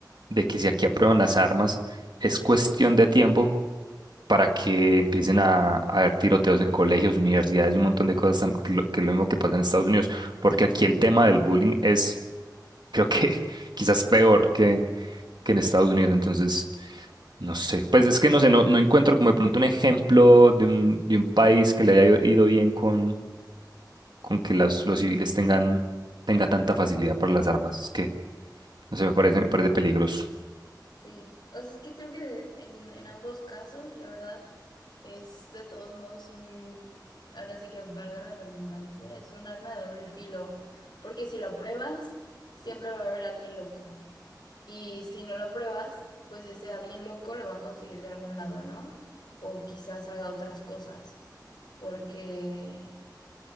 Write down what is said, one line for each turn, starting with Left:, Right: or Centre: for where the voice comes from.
Right: de que si aquí aprueban las armas, es cuestión de tiempo para que empiecen a, a haber tiroteos en colegios, universidades y un montón de cosas tam- que, lo, que es lo mismo que pasa en Estados Unidos, porque aquí el tema del bullying es, creo que <laughs> quizás peor que, que en Estados Unidos, entonces, no sé, pues es que no sé, no, no encuentro como de pronto un ejemplo de un, de un país que le haya ido ido bien con, con que las, los civiles tengan, tenga tanta facilidad para las armas, es que, no sé, me parece, me parece peligroso.
Left: Sí, o sea, es que creo que en, en ambos casos, la verdad, es de todos modos un, ahora sí que valga la redundancia, es un arma de doble filo, porque si lo apruebas, siempre va a haber alguien loco. Y si no lo apruebas, pues ese alguien loco lo va a conseguir de algún lado, ¿no? O quizás haga otras cosas, porque...